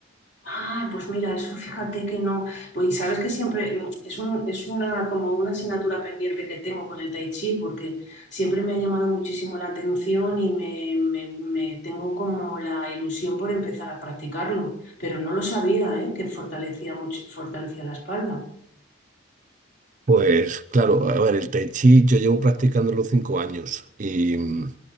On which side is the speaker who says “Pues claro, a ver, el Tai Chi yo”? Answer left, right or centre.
Right